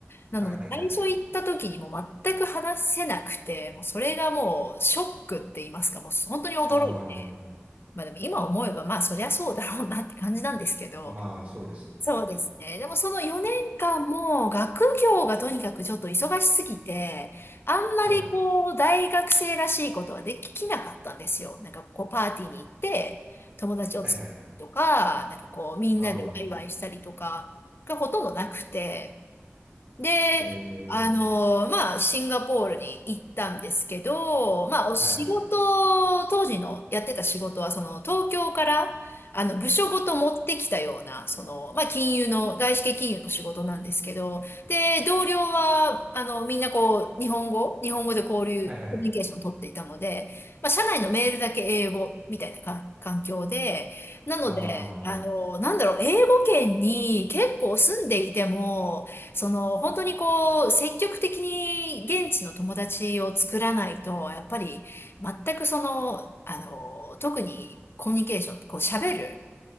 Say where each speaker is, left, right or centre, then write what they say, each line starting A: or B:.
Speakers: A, on the left (about 55°); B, on the right (about 35°).
A: なので、
B: はいはいはい。
A: 最初行った時にもう全く話せなくて、もうそれがもうショックって言いますか、もう本当に驚いて、
B: ああ、
A: まあでも今思えば、まあそりゃそうだろうなって感じなんですけど、
B: まあ、そうですよね。
A: そうですね。でもその4年間も学業がとにかくちょっと忙しすぎて、あんまりこう大学生らしいことはできなかったんですよ。
B: はいはい。
A: なんかこうパーティーに行って友達を作るとか、
B: はいはいはい。
A: なんかこうみんなでワイワイしたりとかがほとんどなくて、
B: ああ、
A: で、
B: ええ、
A: あの、まあ、シンガポールに行ったんですけど、まあ、お仕事、
B: はい。
A: 当時のやってた仕事は、その、東京から、あの、部署ごと持ってきたような、その、まあ、金融の、外資系金融の仕事なんですけど、で、同僚は、あの、みんなこう、日本語、日本語で交流、
B: はいはいはい。
A: コミュニケーションを取っていたので、まあ、社内のメールだけ英語みたいなか環境で、なので、
B: ああ、は
A: あの、なんだろう、英語圏に結構住んでいても、その、本当にこう、積極的に現地の友達を作らないと、やっぱり、全くその、あの、特にコミュニケーション、こう喋る、